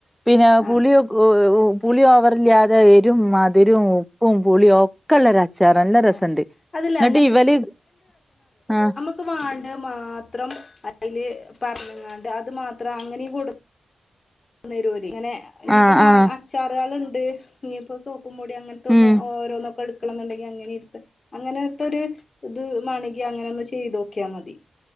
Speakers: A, in the centre; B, on the left.
A: പിന്നെ
B: ആ
A: പുളിയു പുളി ഓവറില്ല്യതെ എരും, മധ്‌രും, ഉപ്പും, പുളിയൊ ക്കെള്ളൊര് അച്ചാറ് നല്ല രസണ്ട്
B: ആ അതല്ല
A: ന്ന്ട്ട് ഇവല് ആഹ്
B: ക്ക് വാണ്ടെ മാത്രം അയില് പറഞ്ഞ്ങ്ങാണ്ട് അത് മാത്രം അങ്ങനെ കൊട് ന്നേരും ഓര് ഇങ്ങനെ ഇനിപ്പോ
A: ആഹ് ആഹ്
B: അച്ചാറാള്ണ്ട് ഇനിപ്പോ സോപ്പും പൊടി അങ്ങ ത്തൊന്ന്
A: ഉം
B: ഓരോന്നൊക്കെട് ക്കണന്ന്ണ്ടെങ്കി അങ്ങനെര്ത്താ. അങ്ങനത്തൊര് ഇത് മാണെങ്കി അങ്ങനൊന്ന് ചെയ്തോക്കിയാ മതി.